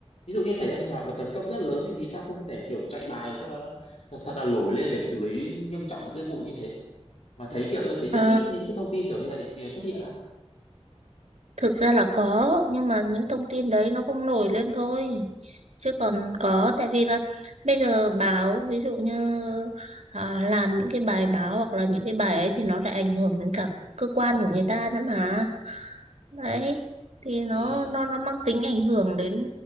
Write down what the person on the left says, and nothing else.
ví dụ như xảy ra trường hợp mà tấn công rất là lớn thì vì sao không để kiểu chạy bài cho nó thật, thật là nổi lên để xử lý nghiêm trọng những cái vụ như thế mà thấy kiểu tôi thấy rất
ít những cái thông tin kiểu như vậy xuất hiện á
ừ,